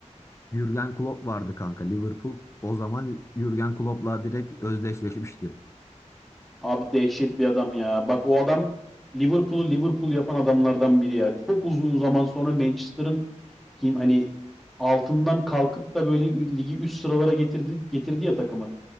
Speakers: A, on the left (about 20°); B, in the centre.
A: Jürgen Klopp vardı kanka Liverpool. O zaman Jürgen Klopp'la direkt özdeşleşmişti.
B: Abi dehşet bir adam ya. Bak o adam Liverpool'u Liverpool yapan adamlardan biri ya. Çok uzun zaman sonra Manchester'ın kim hani altından kalkıp da böyle ü- ligi üst sıralara getirdi getirdi ya takımı.